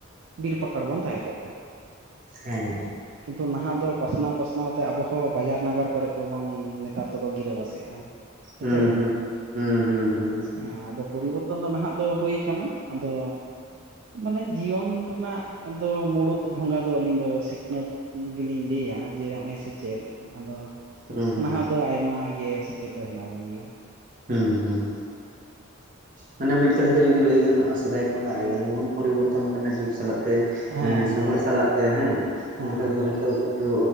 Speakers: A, on the right; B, on the right.
A: ᱵᱤᱨ ᱯᱟᱠᱟᱲ ᱵᱚᱱ ᱛᱟᱦᱮᱸ ᱠᱚᱜ ᱜᱮᱭᱟ ᱾
B: ᱦᱮᱸ
A: ᱠᱤᱱᱛᱩ ᱱᱟᱦᱟᱜ ᱫᱚ ᱯᱟᱥᱱᱟᱣ ᱯᱟᱥᱱᱟᱣ ᱛᱮ ᱟᱵᱚ ᱦᱚᱸ ᱵᱟᱡᱟᱨ ᱱᱟᱜᱟᱨ ᱠᱚᱨᱮᱜ ᱜᱮᱵᱚᱱ ᱱᱮᱛᱟᱨ ᱫᱚᱠᱚ ᱜᱤᱨᱟᱹ ᱵᱟᱥᱮᱜ ᱠᱮᱜᱼᱟ, ᱦᱮᱸ
B: ᱦᱩᱸ
A: ᱪᱮ ᱵᱟᱝ!
B: ᱦᱩᱸ ᱦᱩᱸ ᱦᱩᱸ ᱦᱩᱸ
A: ᱮᱸ ᱟᱫᱚ ᱯᱚᱨᱤᱵᱚᱨ ᱛᱚᱱ ᱫᱚ ᱱᱟᱦᱟᱜ ᱫᱚ ᱦᱩᱭ ᱟᱠᱟᱱᱟ, ᱟᱫᱚ ᱢᱟᱱᱮ ᱡᱤᱭᱚᱱ ᱨᱮᱱᱟᱜ ᱫᱚ ᱢᱩᱲᱩᱫ ᱰᱷᱚᱸᱜᱟ ᱫᱚ ᱟᱹᱞᱤᱧ ᱫᱚ ᱥᱤᱠᱷᱱᱟᱹᱛ ᱜᱤᱞᱤᱧ ᱞᱟᱹᱭᱟ ᱡᱮ ᱦᱚᱜᱼᱚᱭ ᱥᱮᱪᱮᱫ, ᱟᱫᱚ
B: ᱦᱩᱸ ᱦᱩᱸ
A: ᱱᱟᱦᱟᱜ ᱫᱚ ᱟᱭᱢᱟ ᱜᱮ ᱥᱮᱪᱮᱫ ᱫᱚ ᱦᱮᱱᱟᱜ ᱵᱚᱱ ᱜᱮᱭᱟ ᱾
B: ᱦᱩᱸ ᱦᱩᱸ ᱾ ᱢᱟᱱᱮ ᱢᱤᱫ ᱠᱟᱛᱷᱟ ᱛᱮ ᱡᱩᱫᱤ ᱞᱟᱹᱭ ᱜᱟᱱᱚᱜᱼᱟ ᱥᱮᱫᱟᱭ ᱠᱷᱚᱱ ᱫᱚ ᱟᱹᱲᱤᱜᱟᱱ ᱵᱚᱱ ᱯᱚᱨᱤᱵᱚᱨᱛᱚᱱ ᱟᱠᱟᱱᱟ ᱡᱩᱜᱽ ᱥᱟᱞᱟᱜ ᱛᱮ,
A: ᱦᱮᱸ
B: ᱮᱸ ᱥᱚᱢᱚᱭ ᱥᱟᱞᱟᱜ ᱛᱮ ᱦᱮᱸ
A: ᱦᱮᱸ
B: ᱚᱱᱠᱟ
A: ᱦᱮᱸ
B: ᱜᱮ ᱦᱚᱭᱛᱚ ᱠᱤᱪᱷᱩ